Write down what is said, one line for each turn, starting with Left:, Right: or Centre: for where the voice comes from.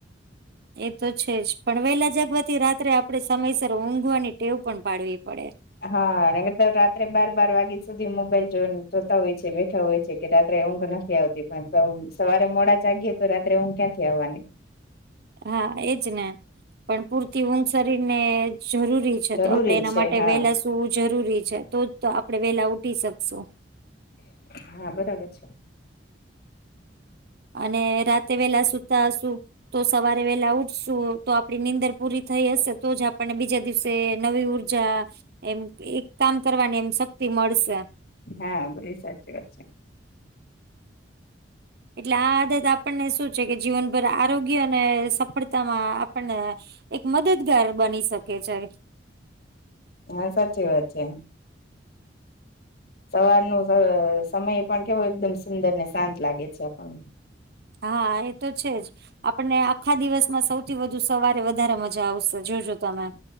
Right: એ તો છે જ પણ વહેલા જાગવાથી રાત્રે આપડે સમયસર ઊંઘવાની ટેવ પણ પાડવી પડે
Left: હા અને રાત્રે બાર બાર વાગ્યા સુધી મોબાઈલ જો જોતા હોય છે બેઠા હોય છે કે રાત્રે ઊંઘ ના આવતી પણ સવારે મોડા ચાગીએ તો રાત્રે હું ક્યાંથી આવવાની
Right: હા એજ ને પણ પૂરતી ઊંઘ શરીર ને જરૂરી
Left: જરૂરી
Right: તો આપડે એના
Left: છે
Right: માટે
Left: હા
Right: વેલા સુવું જરૂરી છે તો જ તો આપડે વેલા ઉઠી શકશું
Left: હા બરાબર છે.
Right: અને રાતે વેલા સુતા શું તો સવારે વેલા ઉઠશું તો આપડી નીંદર પૂરી થઈ હશે તો જ આપને બીજા દિવસે નવી ઉર્ જ એમ એક કામ કરવાની એમ શક્તિ મળશે
Left: હા બી સાાચી વાત છે
Right: એટલે આ આદત આપણને શું છે કે જીવનભર આરોગ્ય અને સફળતામાં આપણને. એક મદદગાર બની શકે છે.
Left: હા સાચી વાત છે. સવાર નો સમય પણ કેવો એકદમ સુંદર ને શાંત લાગે છે આપણને.
Right: હા એ તો છે જ આપણને આખા દિવસમાં સૌથી વધુ સવારે વધારે મજા આવશે જોજો તમે